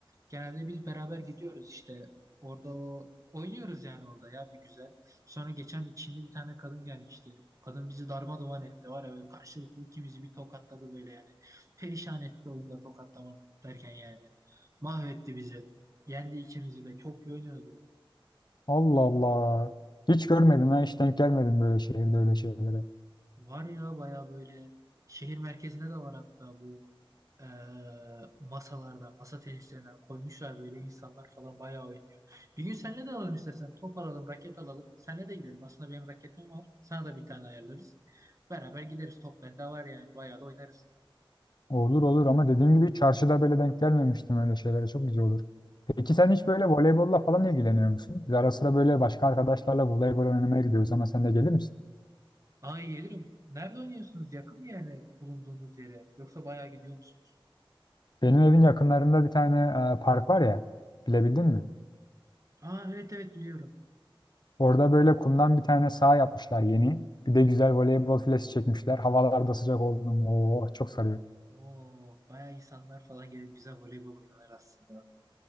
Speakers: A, on the right; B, on the left.
A: Genelde biz beraber gidiyoruz işte. Orada o oynuyoruz yani orada ya bir güzel. Sonra geçen de Çinli bir tane kadın gelmişti. Kadın bizi darmadağın etti var ya böyle karşılıklı ikimizi bir tokatladı böyle yani. Perişan etti oyunda tokatlama derken yani. Mahvetti bizi. Yendi ikimizi de çok iyi oynuyordu.
B: Allah Allah. Hiç görmedim ha. Hiç denk gelmedim böyle şehirde öyle şeylere.
A: Var ya baya böyle şehir merkezinde de var hatta bu. e, masalardan, masa tenislerinden koymuşlar böyle insanlar falan bayağı oynuyor. Bir gün seninle de alalım istersen. Top alalım, raket alalım. Seninle de gidelim. Aslında benim raketim var. Sana da bir tane ayarlarız. Beraber gideriz. Top bende var yani. Bayağı da oynarız.
B: Olur olur ama dediğim gibi çarşıda böyle denk gelmemiştim öyle şeylere. Çok güzel olur. Peki sen hiç böyle voleybolla falan ilgileniyor musun? Biz ara sıra böyle başka arkadaşlarla voleybol oynamaya gidiyoruz ama sen de gelir misin?
A: Aa iyi gelirim. Nerede oynuyorsunuz? Yakın bir yere bulunduğunuz yere. Yoksa bayağı gidiyor musunuz?
B: Benim evin yakınlarında bir tane e, park var ya. Bilebildin mi?
A: Aa evet evet biliyorum.
B: Orada böyle kumdan bir tane saha yapmışlar yeni. Bir de güzel voleybol filesi çekmişler. Havalar da sıcak oldu. mu, Oo, çok sarıyor.
A: Oo bayağı insanlar falan gelir. Güzel voleybol oynanır aslında.